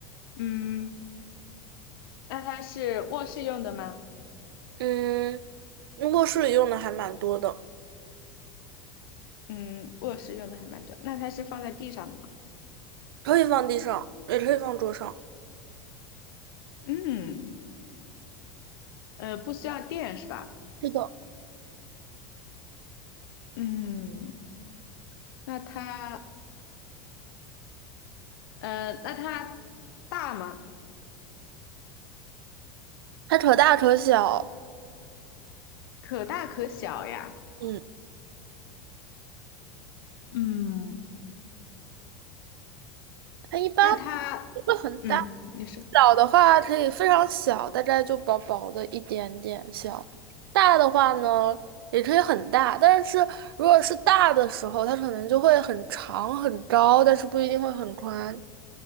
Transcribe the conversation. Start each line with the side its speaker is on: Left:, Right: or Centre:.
Left: 嗯，那它是卧室用的吗？
Right: 嗯，卧室里用的还蛮多的，
Left: 嗯，卧室用的还蛮多。那它是放在地上的吗？
Right: 可以放地上，也可以放桌上。
Left: 嗯，呃，不需要电是吧？
Right: 是的，
Left: 嗯，那它，呃，那它大吗？
Right: 它可大可小。
Left: 可大可小呀。
Right: 嗯。
Left: 嗯，
Right: 它一般
Left: 那它，
Right: 不会很大，
Left: 嗯，你说，
Right: 小的话可以非常小，大概就薄薄的一点点小。大的话呢，也可以很大，但是如果是大的时候，它可能就会很长很高，但是不一定会很宽。